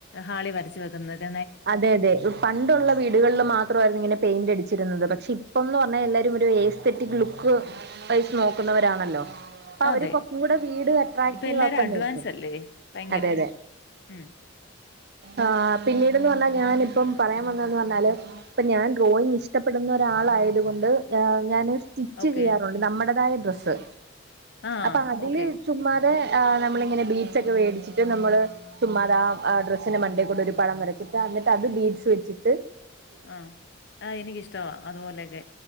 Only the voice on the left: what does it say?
ഹാളി വരച്ച് വെക്കുന്നത്
അതെ.
ഇപ്പൊ എല്ലാരും
അഡ്വാൻസല്ലേ?
ഭയങ്കരെ.
ഉം
ഓക്കെ.
ആഹ്.
ഓക്കെ.
ആഹ് ആഹ് എനക്ക്ഷ്ടവാ അതുപോലെയൊക്കെ